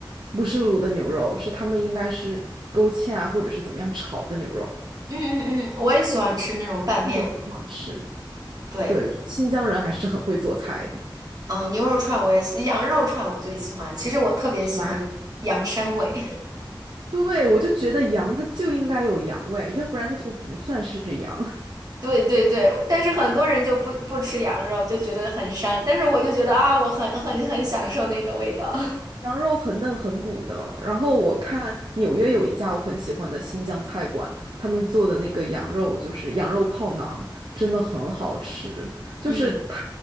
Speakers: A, on the right; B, on the right.
A: 不是卤的牛肉，是他们应该是勾芡啊，或者是怎么样炒的牛肉，
B: 嗯嗯嗯，我也喜欢吃那种拌面。
A: 这种很好吃。
B: 嗯，对。
A: 对，我觉得新疆人还是很会做菜的，
B: 啊，呃牛肉串我也喜，羊肉串我最喜欢。其实我特别喜欢羊膻味，
A: 是吧？对，我就觉得羊它就应该有羊味，要不然它就不算是羊。
B: <laughs> 对对对。但是很多人就不不吃羊肉，就觉得很膻。但是我就觉得啊，我很很很享受那个味道。
A: 羊肉很嫩很补的。然后我看纽约有一家我很喜欢的新疆菜馆，他们做的那个羊肉就是羊肉泡馕，真的很好吃。就是它
B: <laughs> 嗯